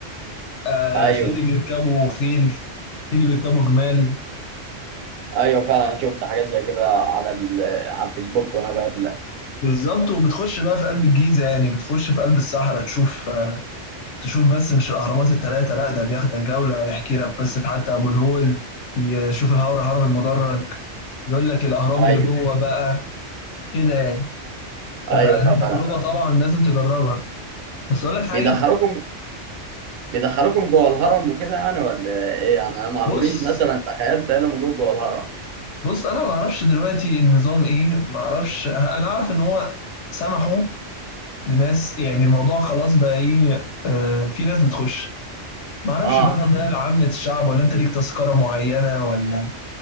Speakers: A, on the left (about 70°); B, on the right (about 80°).
A: آه
B: ايوه
A: في اللي بيركبوا خيل في اللي بيركبوا جمال
B: ايوه فعلا شفت حاجات زي كده على ال... على الفيسبوك وانا بقلب
A: بالظبط وبتخش بقى في قلب الجيزة يعني بتخش في قلب الصحراء تشوف آه تشوف بس مش الأهرامات الثلاثة لا ده بياخدك جولة يحكي لك قصة حتى أبو الهول يشوف الهرم هرم المدرج يقول لك الأهرام
B: ايوه
A: اللي جوه بقى كده يعني فلا
B: ايوه فعلا
A: دي تجربة طبعا لازم تجربها بس أقول لك حاجة
B: بيدخلوكم بيدخلوكم جوه الهرم وكده يعني ولا ايه يعني انا ما عمريش
A: بص
B: مثلا تخيلت الا موجود جوه جوه الهرم
A: بص أنا ما أعرفش دلوقتي النظام إيه ما أعرفش أنا أعرف إن هو سمحوا لناس يعني الموضوع خلاص بقى ايه آه في ناس بتخش ما اعرفش
B: اه
A: بقى ده لعامة الشعب ولا انت ليك تذكرة معينة ولا